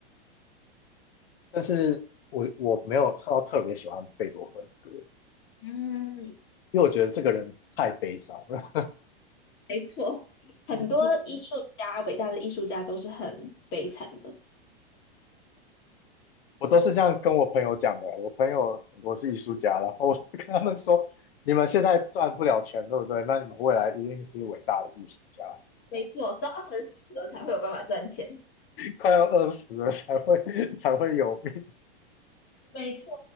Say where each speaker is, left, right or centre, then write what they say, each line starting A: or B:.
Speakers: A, on the left (about 70°); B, on the left (about 40°).
A: <laughs> 但是我我没有特特别喜欢贝多芬的歌，
B: 嗯，
A: 因为我觉得这个人太悲伤了。
B: 没错，很多艺术家，
A: <laughs>
B: 伟大的艺术家都是很悲惨的，
A: 我都是这样跟我朋友讲的。
B: 确实是这样，
A: 我朋友很多是艺术家，然后我就跟他们说：“你们现在赚不了钱，对不对？那你们未来一定是伟大的艺术家，
B: 没错，都要等死了才会有办法赚钱。
A: 快要饿死了才会 <laughs> 才会有命。”
B: 没错，